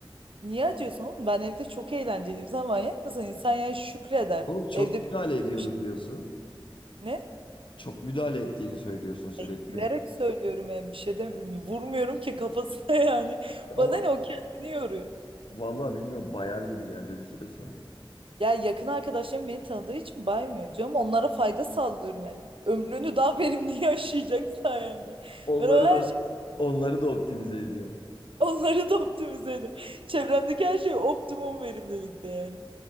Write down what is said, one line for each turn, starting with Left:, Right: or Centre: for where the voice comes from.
Right: Niye acıyorsun oğlum? Ben evde çok eğlenceliyim. Sen manyak mısın? İnsan yani şükreder.
Left: Oğlum çok
Right: Evde
Left: müdahale
Right: bir
Left: ediyorum
Right: şey.
Left: diyorsun.
Right: Ne?
Left: Çok müdahale ettiğini söylüyorsun sürekli.
Right: E, gülerek söylüyorum yani bir şey demiyorum. Vurmuyorum ki kafasına <laughs> yani.
Left: Ama
Right: Bana ne o kendini yoruyor.
Left: vallahi bilmiyorum bayar gibi geldi bir süre sonra.
Right: Ya yakın arkadaşlarım beni tanıdığı için baymıyor canım. Onlara fayda sağlıyorum yani. Ömrünü daha <laughs> verimli yaşayacak sayemde.
Left: Onları
Right: Ben o her
Left: da
Right: şey
Left: onları da optimize ediyorum.
Right: <laughs> onları da optimize ediyorum. Çevremdeki her şey optimum verimlilikte yani.